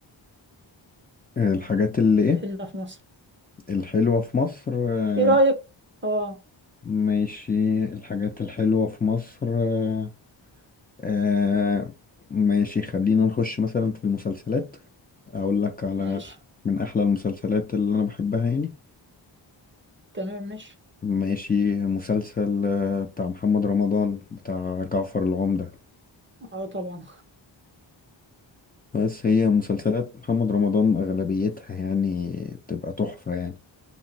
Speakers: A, on the left; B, on the right.
A: الحاجات اللي إيه
B: هنا في مصر
A: الحلوة في مصر آه،
B: إيه رأيك آه
A: ماشي الحاجات الحلوة في مصر آه، آه، ماشي خلينا نخش مثلا في المسلسلات أقول لك على
B: ماشي
A: من أحلى المسلسلات اللي أنا بحبها يعني
B: تمام ماشي
A: ماشي مسلسل آه، بتاع محمد رمضان بتاع جعفر العمدة
B: اه طبعا
A: بس هي مسلسلات محمد رمضان أغلبيتها يعني بتبقى تحفة يعني